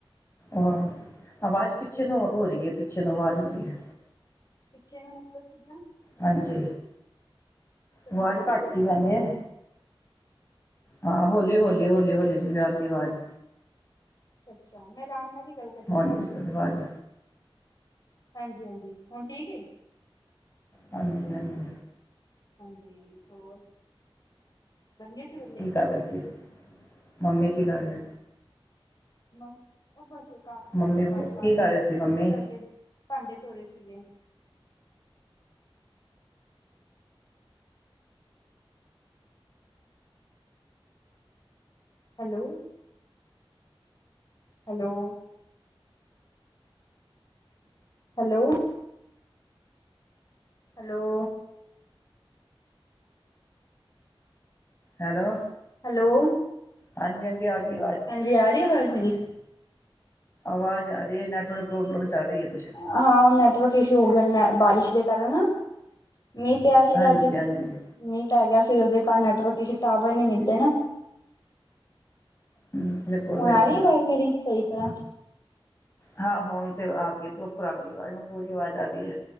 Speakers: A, on the left; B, on the left.
A: ਆ ਆਵਾਜ਼ ਪਿੱਛੇ ਨੂੰ ਹੋ ਰੀ ਏ, ਪਿੱਛੇ ਨੂੰ ਆਵਾਜ ਹੋ ਰੀ ਏ।
B: ਪੀਛੇ ਨੂੰ ਮਤਲਬ ਕਿਦਾਂ?
A: ਹਾਂਜੀ,
B: ਸਮਝ
A: ਆਵਾਜ਼
B: ਆ ਨੀ
A: ਘੱਟ
B: ਰਹੀ ਮੇਰੀ
A: 'ਚ ਪੈਂਦੇ
B: ਆਵਾਜ਼
A: ਆ। ਹਾਂ, ਹੋਲੀ, ਹੋਲੀ, ਹੋਲੀ, ਹੋਲੀ ਜਿਵੇਂ ਆਣ ਦੀ ਆਵਾਜ।
B: ਅੱਛਾ, ਮੈਂ ਰਾਮ ਨਾਲ ਵੀ ਗੱਲ ਕਰਨੀ
A: ਹੁਣ
B: ਆ ਨਾ।
A: ਇਸ ਤੋਂ ਆਵਾਜ਼
B: ਹਾਂਜੀ-ਹਾਂਜੀ, ਹੁਨ ਠੀਕ ਏ।
A: ਹਾਂਜੀ- ਹਾਂਜੀ।
B: ਹਾਂਜੀ ਹੋਰ। ਬਣ ਗਏ ਕਰੇਲੇ
A: ਕੀ ਕਰ ਰਹੇ ਸੀ ਮੰਮੀ ਕੀ ਕਰ ਰੇ
B: ਮ ਉਹ ਬਸ ਘਰ
A: ਮੰਮੀ
B: ਦੇ ਕੰਮ ਕਾਜ
A: ਕੀ ਕਰ ਰਹੇ ਸੀ ਮੰਮੀ
B: ਕਰਦੇ ਭਾਂਡੇ ਧੋਣ ਰੇ ਸੀਗੇ। Hello. Hello. Hello hello
A: hello.
B: Hello.
A: ਹਾਂਜੀ ਹਾਂਜੀ ਆ ਗਈ ਅਵਾਜ਼
B: ਹਾਂਜੀ ਆ ਰਹੀ ਅਵਾਜ਼ ਮੇਰੀ
A: ਅਵਾਜ਼ ਆ ਰਹੀ ਹੈ ਨੈਟਵਰਕ ਪ੍ਰੋਬਲਮ ਚਲ ਰਹੀ ਹੈ ਕੁਛ।
B: ਹਾਂ ੳਹ ਨੈਟਵਰਕ ਇਸ਼ੂ ਹੋ ਗਿਆ ਨ ਬਾਰਿਸ਼ ਦੇ ਕਾਰਨ। ਮੀਂਹ ਪਿਆ ਸੀਗਾ
A: ਹਾਂਜੀ
B: ਅੱਜ
A: ਹਾਂਜੀ
B: ਮੀਹ ਪੈ ਗਿਆ ਫਿਰ ਉਸਦੇ ਕਾਰ ਨੈਟਵਰਕ ਟਾਵਰ ਨੀ ਮਿਲਦੇ ਨਾ।
A: ਬਿਲਕੁਲ
B: ਹੁਣ
A: ਬਿਲਕੁਲ
B: ਆ ਰਹੀ ਏ ਆਵਾਜ਼ ਮੇਰੀ ਸਹੀ ਤਰ੍ਹਾਂ
A: ਹਾਂ ਹੁਣ ਤੇ ਆ ਗੀ ਪ੍ਰੋਪਰ ਆ ਗਈ ਏ ਆਵਾਜ਼ ਹੁਨ ਪੂਰੀ ਆਵਾਜ਼ ਆ ਗਈ ਏ।